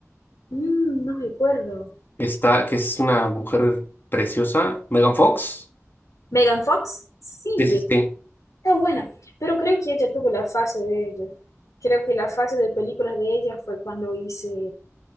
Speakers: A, on the left; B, on the left.
A: mm, no recuerdo.
B: Está, que es una mujer preciosa. ¿Megan Fox?
A: ¿Megan Fox? Sí,
B: Sí, sí, sí.
A: Está buena, pero creo que ella tuvo la fase de ella. Creo que la fase de películas de ella fue cuando hice,